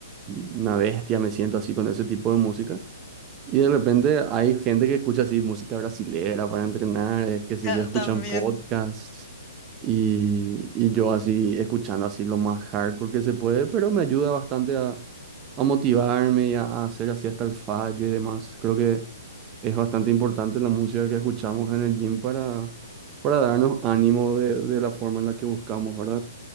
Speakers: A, on the right; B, on the left.
A: y una bestia me siento así con ese tipo
B: Mm,
A: de música. Y de repente hay gente que escucha así música brasilera para entrenar, eh, qué sé
B: Ya,
A: yo, escuchan
B: también.
A: podcasts y, y yo así escuchando así lo más hardcore que se puede, pero me ayuda bastante a, a motivarme y a, a hacer así hasta el fallo y demás. Creo que es bastante importante la música que escuchamos en el gym para, para darnos ánimo de, de la forma en la que buscamos, ¿verdad?